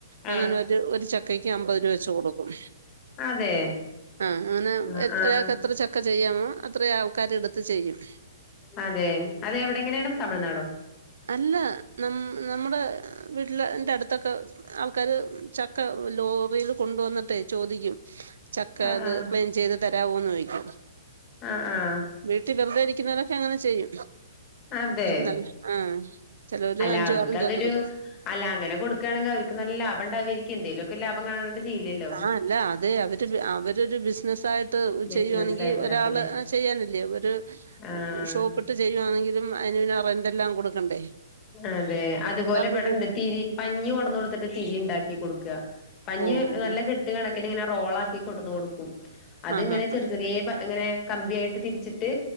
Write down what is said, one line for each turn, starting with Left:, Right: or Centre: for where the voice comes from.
Right: അങ്ങനെ
Left: ആഹ്
Right: ഒരു ഒരു ചക്കക്ക് അമ്പത് രൂപ വെച്ച് കൊടുക്കും
Left: അതെ
Right: ആഹ് അങ്ങനെ
Left: ആഹ് ആഹ്
Right: ഒരാൾക്ക് എത്ര ചക്ക ചെയ്യാമോ അത്രെ ആൾക്കാര് എടുത്ത് ചെയ്യും
Left: അതെ അതെവിടെങ്ങനെയാണ് തമിഴ്നാടോ?
Right: അല്ല ന നമ്മട വീട്ടില എന്റെ അടു ത്തൊക്കെ ആൾക്കാര് ചക്ക ലോറിയിൽ കൊണ്ടുവന്നിട്ടേ ചോദിക്കും ചക്ക
Left: ആഹ്
Right: ആത്
Left: ആഹ്
Right: ക്ലീൻ ചെയ്ത് തരാവോന്ന് ചോദിക്കും
Left: ആഹ് ആഹ്
Right: വീട്ടിൽ വെറുതെരിക്കുന്നവരൊക്കെ അങ്ങനെ ചെയ്യും
Left: അതെ
Right: എന്നലും ആഹ് ചെലോര്
Left: അല്ല
Right: അഞ്ചും
Left: അവർക്കതൊരു
Right: ആറും ചക്ക എടുക്കും
Left: അല്ല അങ്ങനെ കൊടുക്കാണെങ്കി അവിക്ക് നല്ല ലാഭം ഇണ്ടാവേരിക്കും എന്തേലുംക്കെ ലാഭം കാണാണ്ട് ചെയ്യില്ലല്ലോ
Right: ആ അല്ല അതെ അവര് അവരു ബിസിനസായിട്ട്
Left: ബിസിനസ്
Right: ചെയ്യാണെങ്കിൽ
Left: ആയിട്ടതൊക്കെല്ലേ
Right: ഒരാള് ചെയ്യാനില്ലേ അതൊര്
Left: ആഹ്
Right: ഷോപ്പിട്ട് ചെയ്യുവാണെങ്കിലും അയന് പിന്നാ റെന്റ് എല്ലാം കൊടുക്കണ്ടേ
Left: അതെ അതുപോലെ
Right: ഇതാവുമ്പോ
Left: ഇവിടെണ്ട്
Right: വീ
Left: തിരി പഞ്ഞി കൊണ്ടന്ന് കൊടുത്തിട്ട് തിരി ഉണ്ടാക്കി കൊടുക്ക പഞ്ഞി
Right: ഓഹ് ഓഹ്
Left: നല്ല കെട്ട് കണക്കിന് ഇങ്ങനെ റോളാക്കി കൊടുന്ന് കൊടുക്കും അത്
Right: ആഹ്
Left: ഇങ്ങനെ ചെറി
Right: ആഹ്
Left: ചെറിയ പഴ് ഇങ്ങനെ കമ്പിയായിട്ട് തിരിച്ചിട്ട്